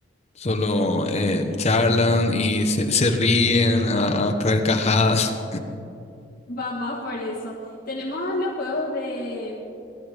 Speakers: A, on the left (about 35°); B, on the left (about 55°).
A: solo eh, charlan y se, se ríen a, a carcajadas,
B: Va más por eso. Tenemos los juegos de,